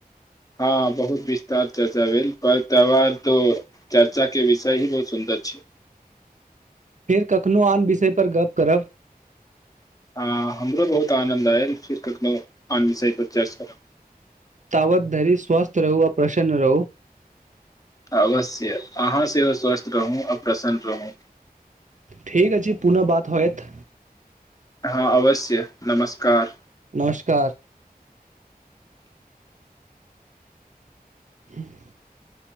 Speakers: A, on the left; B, on the right.
A: हँ बहुत विस्तार चर्चा भेल पर्व त्यौहार तऽ चर्चाके विषय ही बहुत सुन्दर छै
B: फेर कखनो आन विषय पर गप्प करब
A: ह हमरो बहुत आनन्द आयल फेर कखनो आन विषय पर चर्च करब
B: तावत धरी स्वस्थ रहू ओर प्रसन्न रहू
A: अवश्य अहाँ सेहो स्वस्थ रहू आ प्रसन्न रहूँ
B: ठीक अछि छै पुनः बात होयत
A: हँ अवश्य नमस्कार
B: नमस्कार <inaudible>